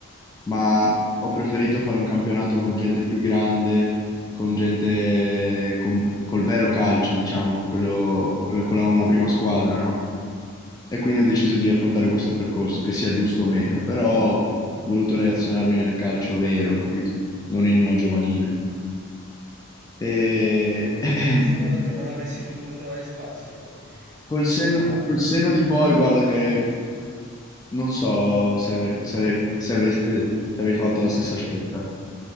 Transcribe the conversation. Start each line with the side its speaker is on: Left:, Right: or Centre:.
Left: ma ho preferito fare un campionato con gente più grande, con gente con- col vero calcio, diciamo, con quello, con la, una prima squadra, no? E quindi ho deciso di affrontare questo percorso, che sia giusto o meno, però ho voluto relazionarmi nel calcio vero, capito? Non in una giovanile.
Right: Mm.
Left: E... <clears throat>
Right: Perché secondo te non avresti potuto trovare spazio
Left: Col
Right: pi-
Left: senno,
Right: più tardi?
Left: col senno di poi, guarda che non so se, ave- se ave- se ave- eh, se avevi fatto la stessa
Right: Sì,
Left: scelta.